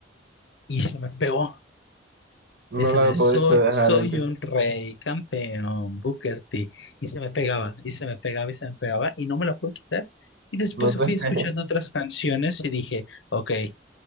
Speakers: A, on the left; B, on the right.
A: y se me pegó.
B: No
A: Ese
B: la
A: de
B: pudiste
A: soy,
B: dejar
A: soy
B: de que
A: un rey, campeón, Booker T. Y se me pegaba, y se me pegaba, y se me pegaba, y no me la pude quitar. Y después
B: no te...
A: fui escuchando
B: <laughs>
A: otras canciones y dije, ok,